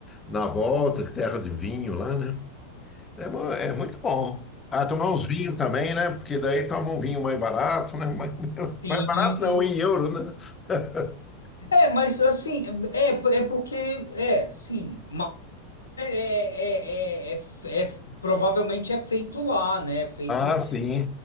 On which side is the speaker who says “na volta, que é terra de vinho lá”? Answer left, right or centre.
Left